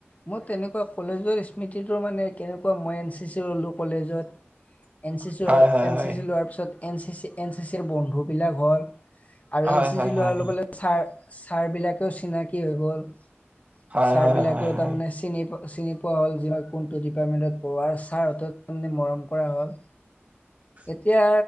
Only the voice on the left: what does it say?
মোৰ তেনেকুৱা কলেজৰ স্মৃতিটো মানে কেনেকুৱা মই এন চি চি ল'লোঁ কলেজত।
এন চি চি-এন
চি চি লোৱাৰ পিছত এন চি চি-এন চি চিৰৰ বন্ধু বিলাক হ'ল। আৰু
এন চি
চি
লোৱাৰ লগে লগে ছাৰ ছাৰবিলাকেও চিনাকি হৈ গ'ল।
ছাৰ
বিলাকেও
তাৰ মানে চিনি পোৱা চিনি পোৱা হ'ল যে মই কোনটো ডিপাৰ্টমেন্টত পঢ়ো আৰু ছাৰ মৰম কৰা হ'ল।
এতিয়া